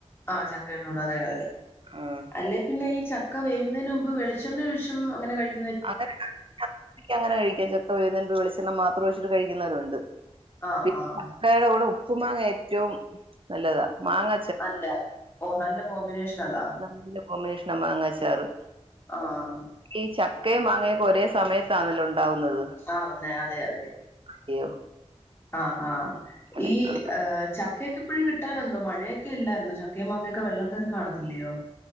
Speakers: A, on the left; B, on the right.
A: ആഹ് ചക്കടെ കൂടെ അതെ അതെ
B: ആഹ്
A: അല്ലെ പിന്നെ ഈ ചക്ക വേവുന്നതിന് മുമ്പ് വെളിച്ചെണ്ണ ഒഴിച്ചും അങ്ങനെ കഴിക്കും
B: <inaudible> അങ്ങനെ കഴിക്കാം ചെക്ക വേവുന്നതിന് മുമ്പ് വെളിച്ചെണ്ണ മാത്രം ഒഴിച്ചിട്ട് കഴിക്കുന്നവരുണ്ട്
A: ആഹ്
B: പിന്നെ
A: ആഹ്
B: ചക്കയുടെ കൂടെ ഉപ്പു മാങ്ങ ഏറ്റവും നല്ലതാ മാങ്ങ
A: നല്ല ഓ നല്ല കോമ്പിനേഷൻ അതാ
B: ല്ല കോമ്പിനേഷൻ മാങ്ങാച്ചാറ്
A: ആഹ്
B: ഈ ചക്കയും മാങ്ങയൊക്കെ ഒരേ സമയത്താണല്ലോ ഉണ്ടാവുന്നത്
A: ആ ഒന്നെ അതെ അതെ
B: അയ്യോ
A: ആ ആ
B: അങ്ങനെ
A: ഈ
B: ആ
A: ചക്കയൊക്കെ ഇപ്പോഴും കിട്ടാനുണ്ടോ മഴയൊക്കെ ഇല്ലായിരുന്നു ച ക്ക ആവുമ്പൊ അങ്ങനെയൊക്കെ വെള്ളം കയറി കാണത്തില്ലയോ